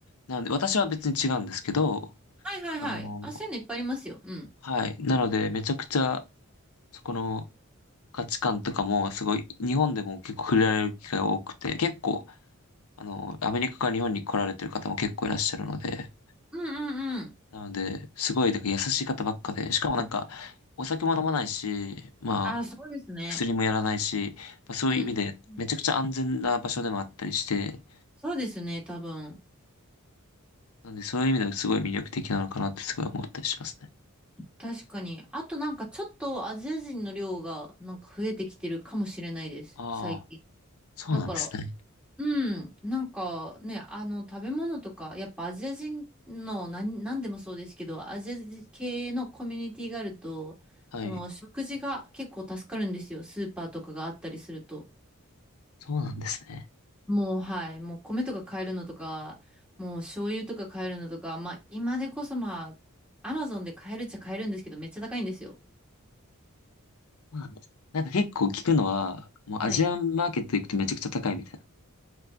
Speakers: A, on the left; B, in the centre.
A: なので、私は別に違うんですけど、
B: はいはいはい。
A: あの、
B: あ、そういうのいっぱいありますよ。うん。
A: はい。なので、めちゃくちゃ、そこの価値観とかも、すごい、日本でも結構触れられる機会が多くて、結構、あの、アメリカから日本に来られてる方も結構いらっしゃるので、
B: うんうんうん。
A: なので、すごい、だから優しい方ばっかで、しかもなんか、お酒も飲まないし、まあ、
B: ああ、そうですね。
A: 薬もやらないし、まあ、そういう意味で、
B: うんうんうん。
A: めちゃくちゃ安全な場所でもあったりして、
B: そうですね、多分。
A: なので、そういう意味でもすごい魅力的なのかなってすごい思ったりしますね。
B: 確かに。あとなんかちょっとアジア人の量がなんか増えてきてるかもしれないです。
A: ああ、
B: 最近。
A: そうなんですね。
B: だから、うん。なんかね、あの食べ物とか、やっぱアジア人の何、何でもそうですけど、アジア人系のコミュニティがあると、
A: はい。
B: その食事が結構助かるんですよ。スーパーとかがあったりすると。
A: そうなんですね。
B: もうはい。もう米とか買えるのとか、もう醤油とか買えるのとか、まあ今でこそまあ、アマゾンで買えるっちゃ買えるんですけど、めっちゃ高いんですよ。
A: まあ、なんか結構聞くのは、もうアジアンマーケット行くとめちゃくちゃ高いみたいな。
B: はい